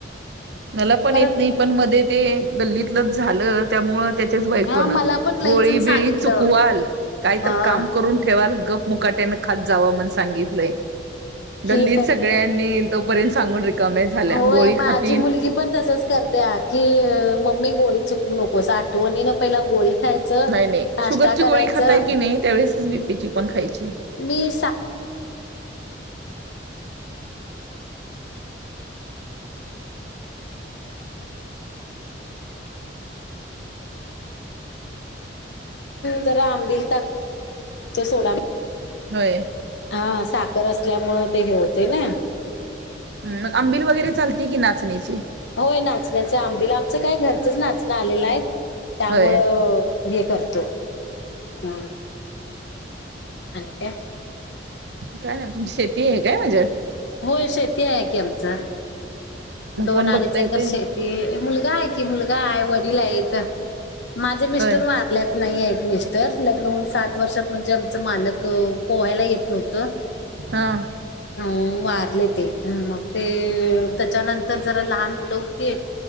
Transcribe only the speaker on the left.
कारण
हा मला पण लई
जण
सांगितलं
हा
की
होय
माझी मुलगी पण तसच करते ह की मम्मी गोळी चुकवू नकोस आठवणी ना पहिला गोळी खायचं
नाश्ता
करायचं
मी सा जरा आंबील, ताक, सोडा घेते
हा. तर असल्यामुळे ते हे होते ना.
होय नाचण्याचं आंबिल आमचं काय घरचंच नाचणं आलेलं आहे. त्यामुळेळं
हे करतो अ अाणि काय
होय शेती आहे आहे की आमचं.
दोन
आडीच
एकर
शेती मुलगा आहे कि मुलगा आहे वडील आहेत. माझे मिस्टर
वारल्यात नाही आहेत मिस्टर लग्न होऊन सात वर्षात म्हणजे आमच मालक पोहायला येत नव्हत.
अं वारले ते मग ते त्याच्यानंतर तर जरा लहान मुलं होती.